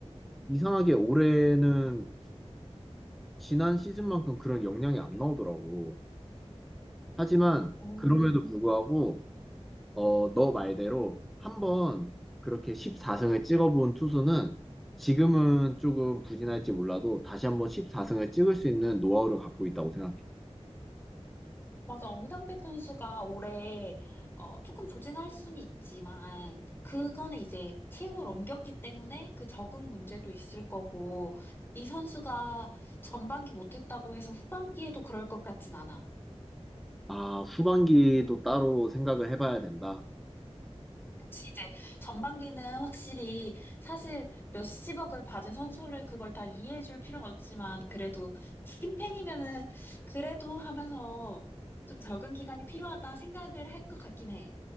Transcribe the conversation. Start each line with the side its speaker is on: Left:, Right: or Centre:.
Left: 음.
Centre: 이상하게 올해는 지난 시즌만큼 그런 역량이 안 나오더라고. 하지만,
Left: 오,
Centre: 그럼에도 불구하고, 어, 너 말대로 한 번 그렇게 14승을 찍어본 투수는 지금은 조금 부진할지 몰라도 다시 한번 14승을 찍을 수 있는 노하우를 갖고 있다고 생각해.
Left: 맞아. 엄상백 선수가 올해, 어, 조금 부진할 수는 있지만, 그거는 이제 팀을 옮겼기 때문에 그 적응 문제도 있을 거고, 이 선수가 전반기 못했다고 해서 후반기에도 그럴 것 같진 않아.
Centre: 아, 후반기도 따로 생각을 해봐야 된다.
Left: 그치, 이제 전반기는 확실히 사실 몇십억을 받은 선수를 그걸 다 이해해줄 필요는 없지만 그래도 팀팬이면은 그래도 하면서 좀 적응 기간이 필요하다 생각을 할 것 같긴 해.